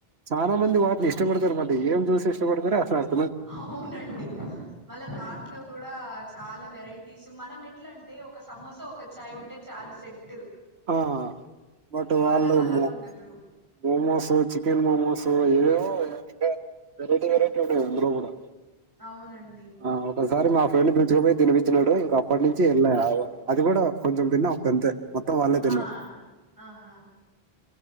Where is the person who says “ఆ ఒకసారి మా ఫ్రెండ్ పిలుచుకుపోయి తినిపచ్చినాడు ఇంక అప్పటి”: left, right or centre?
Right